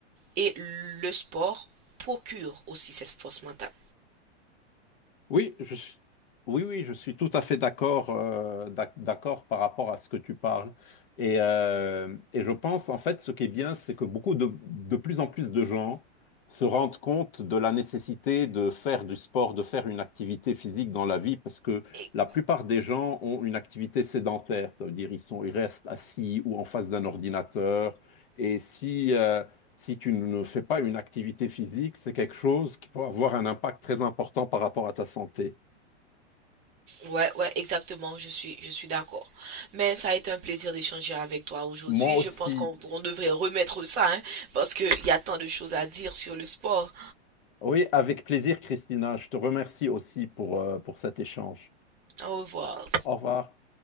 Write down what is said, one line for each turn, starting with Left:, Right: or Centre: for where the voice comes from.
Right: Et le sport procure aussi cette force mentale.
Left: Oui, je suis... Oui, oui, je suis tout à fait d'accord euh, d'ac- d'accord par rapport à ce que tu parles. Et, euh, et je pense, en fait, ce qui est bien, c'est que beaucoup de, de plus en plus de gens se rendent compte de la nécessité de faire du sport, de faire une activité physique dans la vie, parce que
Right: Et-
Left: la plupart des gens ont une activité sédentaire. Ça veut dire ils sont, ils restent assis ou en face d'un ordinateur. Et si, euh, si tu ne fais pas une activité physique, c'est quelque chose qui peut avoir un impact très important par rapport à ta santé.
Right: ouais, ouais, exactement, je suis, je suis d'accord. Mais ça a été un plaisir d'échanger avec toi aujourd'hui.
Left: Moi aussi.
Right: Je pense qu'on on devrait remettre ça, hein, parce qu'il y a tant de choses à dire sur le sport.
Left: Oui, avec plaisir, Christina. Je te remercie aussi pour, euh, pour cet échange.
Right: Au revoir.
Left: Au revoir.